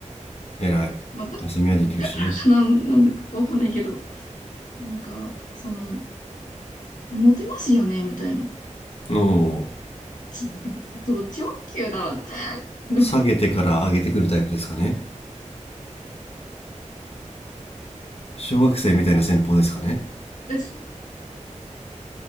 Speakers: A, on the left; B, on the left.
A: 偉い。
B: まあ、だ、
A: 浅見はできるしね。
B: だからかな、なんだかわかんないけど、なんか、その、え、モテますよね、みたいな。
A: おお、
B: ちド直球だわ、とか。<laughs>
A: 下げてから上げてくるタイプですかね。小学生みたいな戦法ですかね。
B: ちょ